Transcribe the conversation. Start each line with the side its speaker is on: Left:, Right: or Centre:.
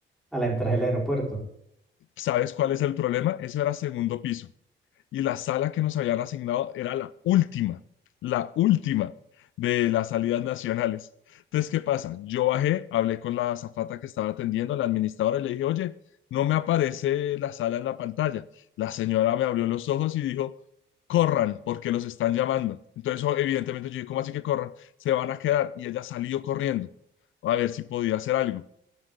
Centre: a la entrada del aeropuerto.
Left: ¿sabes cuál es el problema? Eso era segundo piso. y la sala que nos habían asignado era la última, la última de las salidas nacionales. Entonces, ¿qué pasa? Yo bajé, hablé con la azafata que estaba atendiendo, la administradora, y le dije, oye, no me aparece la sala en la pantalla. La señora me abrió los ojos y dijo, corran, porque los están llamando. Entonces, o- evidentemente, yo dije, ¿cómo así que corran? Se van a quedar. Y ella salió corriendo a ver si podía hacer algo.